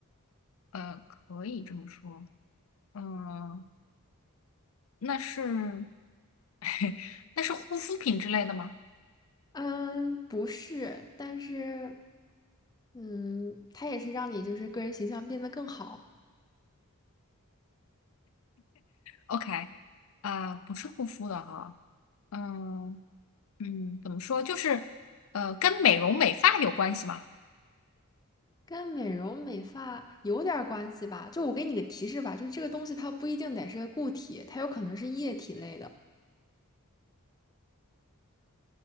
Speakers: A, on the left; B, on the left.
A: 呃，可以这么说。嗯，那是 <laughs> 那是护肤品之类的吗
B: 嗯，不是，但是，嗯，它也是让你就是个人形象变得更好。
A: ？OK，啊，不是护肤的哈。嗯嗯，怎么说？就是呃，跟美容美发有关系吗
B: 跟美容美发有点儿关系吧？就我给你个提示吧，就是这个东西它不一定得是个固体，它有可能是液体类的。